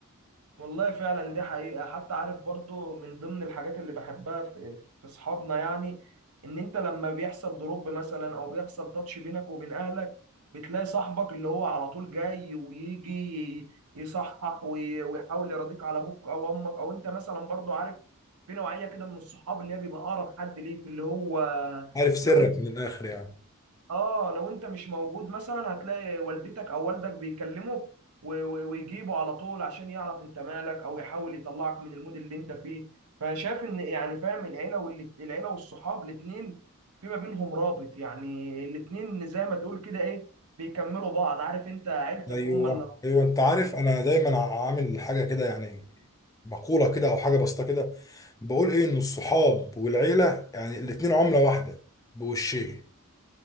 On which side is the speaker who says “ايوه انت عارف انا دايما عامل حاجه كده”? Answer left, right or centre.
Left